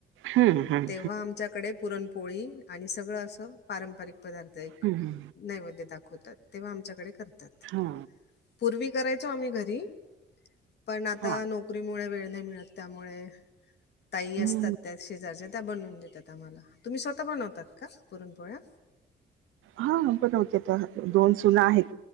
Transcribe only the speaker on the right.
हम्म हम्म
हम्म
हा,
हा
हम्म
हा बनवतेता, दोन सुना आहेत.